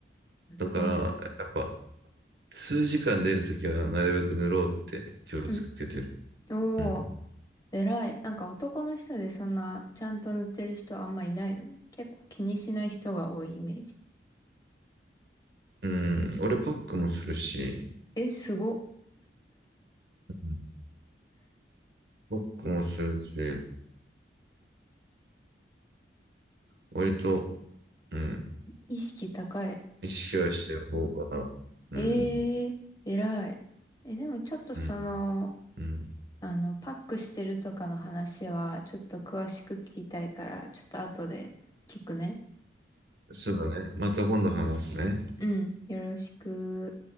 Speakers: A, on the left (about 20°); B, on the right (about 60°).
A: うん。
B: う。だから、やっぱ、数時間出るときはなるべく塗ろうって気をつけてる。
A: うん。おお
B: うん。
A: 偉い。なんか男の人でそんなちゃんと塗ってる人あんまいないよね。結構気にしない人が多いイメージ。
B: うん。俺パックもするし、
A: え、すご。
B: うんパックもするし、割と、うん、
A: 意識高い。
B: 意識はしてる方かな。うん、
A: ええ偉い。え、でもちょっとその、
B: うん、うん。
A: あの、パックしてるとかの話はちょっと詳しく聞きたいから、ちょっと後で聞くね。
B: そうだね。また今度話すね。
A: うん。よろしく。